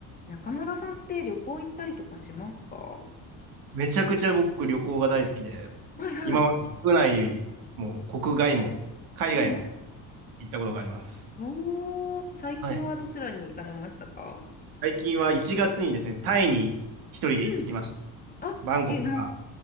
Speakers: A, on the left (about 25°); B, on the right (about 65°).
A: 中村さんって旅行行ったりとかしますか
B: めちゃくちゃ僕旅行が大好きで、
A: はいはい。
B: 今まで国内も国外も海外も
A: うんうん。
B: 行ったことがあります。
A: おー、最近はどちらに行かれましたか
B: はい。最近は1月にですね、タイに一人で行ってきました。
A: うん。あ、
B: バンコクとか、
A: え、何